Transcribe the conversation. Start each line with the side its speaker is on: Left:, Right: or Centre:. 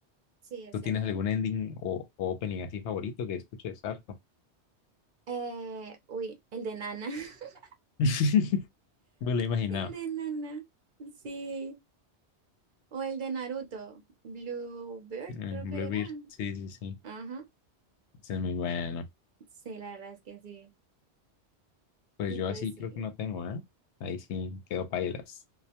Right: Sí, es
Left: ¿Tú tienes
Right: cierto.
Left: algún ending o, o opening así favorito que escuches harto?
Right: Eh, uy, el de Nana. <laughs>
Left: <laughs> Me lo imaginaba.
Right: El de Nana. Sí. O el de Naruto. Bluebird,
Left: Mm,
Right: creo que
Left: Bluebeard,
Right: era.
Left: sí, sí, sí.
Right: Ajá.
Left: Ese es muy bueno.
Right: Sí, la verdad es que sí.
Left: Pues
Right: Y
Left: yo
Right: pues
Left: así creo
Right: sí.
Left: que no tengo, ¿eh? Ahí sí quedo pailas.